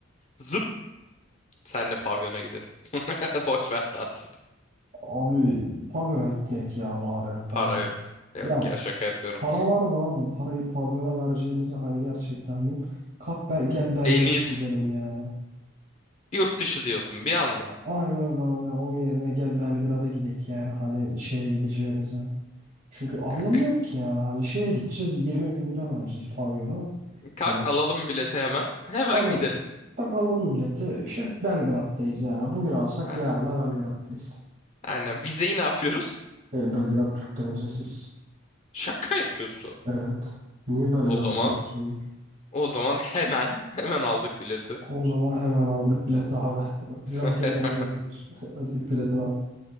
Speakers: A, on the left (about 35°); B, on the right (about 45°).
A: Zıp senle pavyona gidelim. <laughs> Boş ver tatil.
B: Abi pavyona gitmek ya bari. Hani
A: Para yok. Yok
B: ya
A: ya şaka yapıyorum.
B: Para var da abi parayı pavyona vereceğimize hani gerçekten mi? Kalk bel, gel Belgrad'a
A: Deniz.
B: gidelim yani.
A: Yurt dışı diyorsun bir anda.
B: Aynen öyle abi ya. Onun yerine gel Belgrad'a gidek yani hani şeye gideceğimize. Çünkü anlamı
A: <laughs>
B: yok ki yani hani şeye gideceğiz 20 bin lira vereceğiz pavyona.
A: Kalk
B: Hani
A: alalım bileti hemen. Hemen
B: anam
A: gidelim.
B: tak alalım bileti. Şak Belgrad'dayız yani. Bugün alsak
A: Aynen.
B: yarına Belgrad'dayız.
A: Aynen. Vizeyi ne yapıyoruz?
B: E, Belgrad Türklerimize siz.
A: Şaka yapıyorsun.
B: Evet. Niye Belgrad
A: O zaman
B: diyorsun?
A: o zaman hemen hemen aldık bileti.
B: O zaman hemen aldık bileti abi. <laughs>
A: <laughs>
B: Cam kenarı verildir. <laughs> Hadi git biletini al.